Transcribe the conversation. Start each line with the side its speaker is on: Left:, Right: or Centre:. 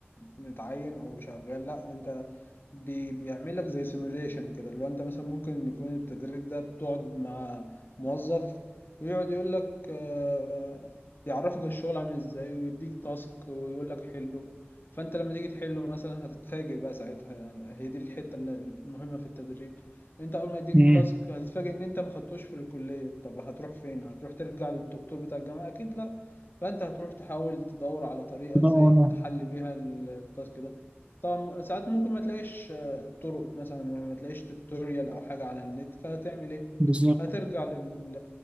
Left: متعين او شغال لا انت بي بيعمل لك زي سيموليشن كده اللي هو انت مثلا ممكن يكون التدريب ده بتقعد مع موظف ويقعد يقول لك آه، بيعرفك الشغل عامل ازاي ويديك تاسك ويقول لك حله فانت لما تيجي تحله مثلا هتتفاجئ بقى ساعتها يعني هي دي الحتة اللي- المهمة في التدريب انت اول ما يديك
Right: مم.
Left: التاسك هتتفاجئ ان انت ما خدتوش في الكليه طب هتروح فين هتروح ترجع للدكتور بتاع الجامعه اكيد لا فانت هتروح تحاول تدور على طريقه
Right: كده
Left: ازاي
Right: ورا
Left: تحل بيها التاسك ده طبعا ساعات ممكن ما تلاقيش آه، طرق مثلا ما تلاقيش توتوريال او حاجه على النت فتعمل ايه
Right: بالظبط
Left: هترجع لل...